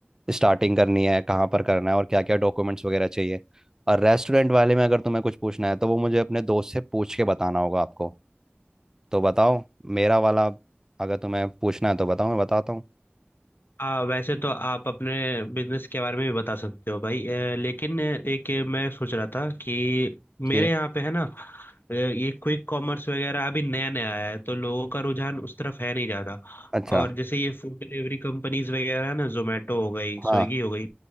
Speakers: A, on the right (about 15°); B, on the left (about 60°).
A: स्टार्टिंग करनी है कहाँ पर करना है और क्या क्या डॉक्यूमेंट्स वगैरह चाहिए और रेस्टोरेंट वाले में अगर तुम्हें कुछ पूछना है तो वो मुझे अपने दोस्त से पूछ के बताना होगा आपको तो बताओ मेरा वाला अगर तुम्हें पूछना है तो बताओ मैं बताता हूँ
B: आ, वैसे तो आप अपने बिजनेस के बारे में भी बता सकते हो भाई अ, लेकिन एक ये मैं सोच रहा था कि मेरे
A: कि
B: यहाँ पे है ना अ, ये क्विक कॉमर्स वगैरह अभी नया नया आया है तो लोगों का रुझान उस तरफ है नहीं ज़्यादा
A: अच्छा
B: और जैसे ये फूड डिलीवरी कंपनीज वगैरह है ना जोमेटो हो गई स्विगी
A: हाँ
B: हो गई